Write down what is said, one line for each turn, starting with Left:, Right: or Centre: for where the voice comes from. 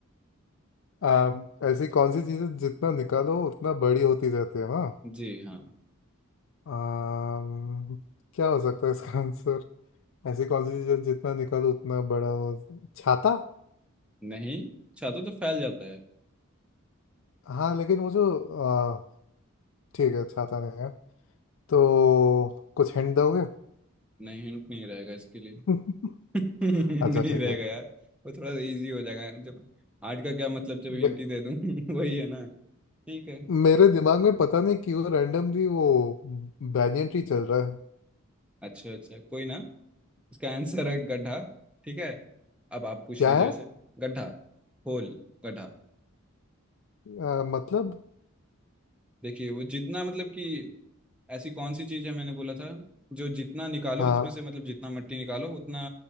Left: आम, ऐसी कौन सी चीजें जितना निकालो उतना बड़ी होती जाती है ना
Centre: जी हाँ
Left: आम, क्या हो सकता है इसका आंसर ऐसी कौन सी चीजें जितना निकालो उतना बड़ा हो छाता
Centre: नहीं छातु तो फैल जाता है
Left: हाँ लेकिन वो जो आ, ठीक है छाता नहीं है तो कुछ हिंट दोगे
Centre: नहीं हिंट नहीं रहेगा इसके लिए <laughs>
Left: <laughs> अच्छा
Centre: नहीं
Left: ठीक
Centre: रहेगा
Left: है
Centre: यार वो थोड़ा इजी हो जाएगा जब आर्ट का क्या मतलब जब हिंट
Left: मे-
Centre: ही दे दूं <laughs> वही है ना ठीक है
Left: मेरे दिमाग में पता नहीं क्यों रैंडमली वो बैंyan ट्री चल रहा है
Centre: अच्छा अच्छा कोई ना इसका आंसर है गड्ढा ठीक है अब आप पूछ
Left: क्या
Centre: लीजिए
Left: है
Centre: उसे गड्ढा होल गड्ढा
Left: आ, मतलब
Centre: देखिए वो जितना मतलब कि ऐसी कौन सी चीज है मैंने बोला था जो जितना निकालो
Left: हाँ
Centre: उसमें से मतलब जितना मट्टी निकालो उतना